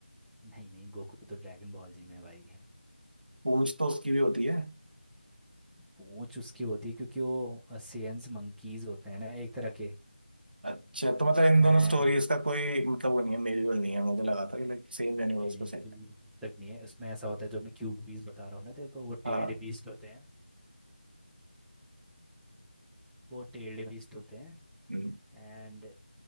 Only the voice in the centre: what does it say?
नहीं गोकू तो ड्रैगन बॉल जी में है भाई
पूंछ उसकी होती है क्योंकि वो सेंस मंकीज होते हैं ना एक तरह के
एंड
नहीं नहीं
दूर तक नहीं है उसमें ऐसा होता है जो मैं क्यूबीज बता रहा हूँ ना तेरे को वो
टेल्ड बीस्ट होते हैं वो टेल्ड बीस्ट होते हैं
एंड